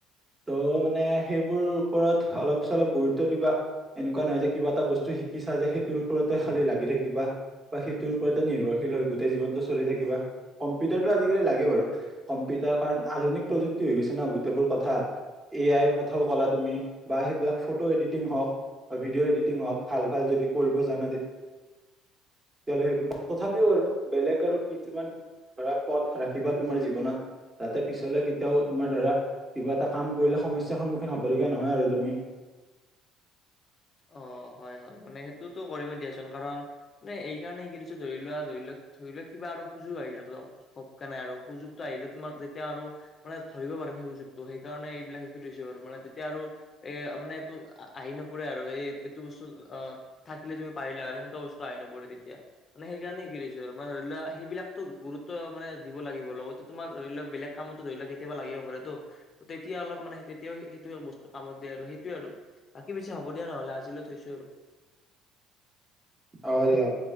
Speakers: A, on the right (about 20°); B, on the left (about 40°).
A: ত' মানে সেইবোৰ ওপৰত অলপ- চলপ গুৰুত্ব দিবা। এনেকুৱা নহয় যে কিবা এটা বস্তু শিকিছা যে সেইটোৰ ওপৰতে খালি লাগি থাকিবা। বা সেইটোৰ ওপতে নিৰ্ভৰশীল হয় গোটেই জীৱনটো চলি থাকিবা কম্পিউটাৰটো আজিকালি লাগে বাৰু কম্পিউটাৰ কাৰণ আধুনিক প্ৰযুক্তি হৈ গৈছে ন গোটেইবোৰ কথা এ আইৰ কথাও ক'লা তুমি বা সেইবিলাক ফটো এডিটিং হওঁক। অ ভিডিঅ' এডিটিং হওক ভাল ভাল যদি কৰিব জানা তেতি- তেতিয়াহলে সেইবোৰ তথাপিও আৰু বেলেগ আৰু কিছুমান ধৰা পথ ৰাখিবা তোমাৰ জীৱনত তাতে পিছলে কেতিয়াও তোমাৰ ধৰা কিবা এটা কাম কৰিলে সমস্যাৰ সন্মুখীন হ'বলগীয়া নহয় আৰু তুমি।
B: অ হয় হয় মানে সেইটোতো কৰিমেই দিয়াচোন কাৰণ নে এইকাৰণে শিকি দিছো ধৰি লোৱা ধৰি লক ধৰি লক কিবা আৰু সুযোগ আহিলে তোমাৰ- সক কেনাই আৰু সুযোগতটো আহিলে তোমাৰ যেতিয়া আৰু। মানে ধৰিব পাৰিম সেই সুযোগটো সেইকাৰণে এইবিলাক শিকি থৈছো আৰু মানে তেতিয়া আৰু। এ মানে তো আ আহি নপৰে আক অ এ এইটো বস্তু অ থাকিলে তুমি পাৰিলা সেনেকুৱা বস্তু আহি নপৰে তেতিয়া। মানে সেইকাৰণে শিকি থৈছো আৰু মানে ধৰি লোৱা সেইবিলাকতো গুৰুত্ব মানে দিব লাগিব লগতে তোমাৰ ধৰি লক বেলেগ কামতো ধৰি লওক কেতিয়াবা লাগিব পাৰে তো। তেতিয়া অলপ মানে তেতিয়াও সেইটো বস্তু কামত দিয়ে আৰু সেইটোৱে আৰু বাকী পিছে হ'ব দিয়া নহ'লে আজিলৈ থৈছো আৰু।
A: অ দিয়ক।